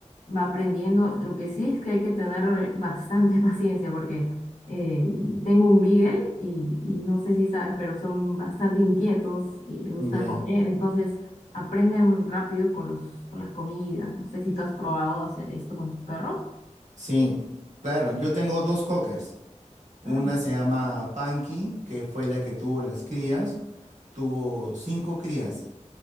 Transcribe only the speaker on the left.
va aprendiendo. Lo que sí es que hay que tener bastante <laughs> paciencia porque eh, tengo un Beagle y, y no sé si sabes, pero son bastante inquietos y les gusta
comer, entonces aprenden rápido con los, con las comidas. No sé si tú has probado hacer esto con tus perros.
Ah,